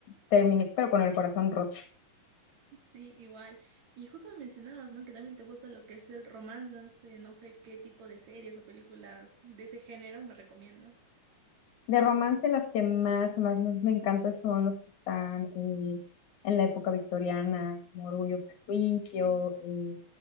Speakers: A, on the left; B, on the right.
A: terminé, pero con el corazón roto.
B: Sí, igual. Y justo me mencionabas, ¿no? Que también te gusta lo que es el romance, no sé, no sé qué tipo de series o películas de ese género me recomiendas.
A: De romance, las que más, más, más me encantan son los que están eh, en la época victoriana, como Orgullo, Prejuicio, eh,